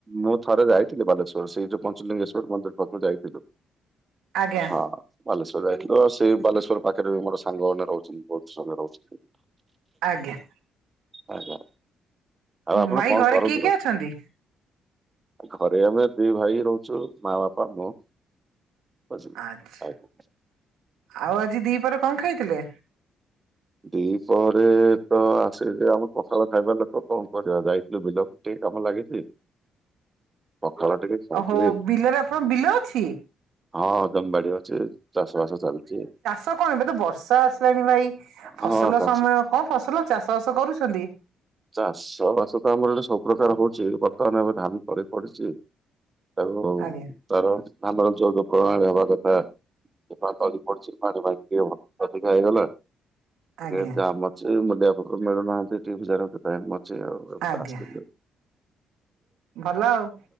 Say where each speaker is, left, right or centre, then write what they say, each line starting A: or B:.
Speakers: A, on the right (about 25°); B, on the right (about 85°).
A: ମୁଁ ଥରେ ଯାଇଥିଲି ବାଲେଶ୍ୱର ସେଇ ଯୋଉ ପଞ୍ଚଲିଙ୍ଗେଶ୍ଵର ମନ୍ଦିର ପାଖକୁ ଯାଇଥିଲୁ।
B: ଆଜ୍ଞା
A: ହଁ। ବାଲେଶ୍ଵର ଯାଇଥିଲୁ ଆଉ ସେଇ ବାଲେଶ୍ଵର ପାଖରେ ବି ମୋର ସାଙ୍ଗମାନେ ରହୁଛନ୍ତି ବହୁତ ସାଙ୍ଗ ରହୁଛନ୍ତି।
B: ଆଜ୍ଞା।
A: ଆଜ୍ଞା ଆଉ ଆପଣ
B: ଭାଇ
A: କଣ
B: ଘରେ
A: କରନ୍ତି
B: କିଏ କିଏ
A: କଣ?
B: ଅଛନ୍ତି?
A: ଘରେ ଆମେ ଦି ଭାଇ ରହୁଚୁ ମାଁ, ବାପା, ମୁଁ। ବୁଝିଲେ।
B: ଆଚ୍ଛା
A: ଆଜ୍ଞା
B: ଆଉ ଆଜି ଦି ପହରେ କଣ ଖାଇଥିଲେ?
A: ଦି ପହରେ ତ ଆସିକି ଆମେ ପଖାଳ ଖାଇବା ଲୋକ। କଣ କରିବା ଯାଇଥିଲୁ ବିଲକୁ ଟିକେ କାମ ଲାଗିଚି ପଖାଳ ଟିକେ ଖାଇଥିଲି
B: ଓହୋ ବିଲରେ ଆପଣଙ୍କ ବିଲ ଅଛି?
A: ହଁ ଜମି ବାଡି ଅଛି ଚାଷ ବାସ ଚାଲୁଚି।
B: ତ କଣ ଏବେ ତ ବର୍ଷା ଆସିଲାଣି ଭାଇ ଫସଲ
A: ହଁ ଚାଷ
B: ସମୟ କଣ ଫସଲ ଚାଷ ବାସ କରୁଛନ୍ତି?
A: ଚାଷ ବାସ ତ ଆମର ଏଠି ସବୁ ପ୍ରକାର ହଉଚି ବର୍ତ୍ତମାନ ଏବେ ଧାନ ତଳି ପଡିଚି। ଆଉ
B: ଆଜ୍ଞା
A: ତାର ଆମର ଯୋଉ ଯୋଉ ପ୍ରଣାଳୀ ହବା କଥା ସେ ପା ତଳି ପଡିଛି ପାଣି ପାଣି ଟିକେ ଅଧିକା ହେଇଗଲେ।
B: ଆଜ୍ଞା
A: ଏ ଜାମ ଅଛି ମୂଲିଆ ଲୋକ ମିଳୁନାହାନ୍ତି ଦି ହଜାର <unintelligible> ଚି ଆଉ ଏବେ
B: ଆଜ୍ଞା।
A: ଟାସ୍କ କିଲେ।
B: ଭଲ ଆଉ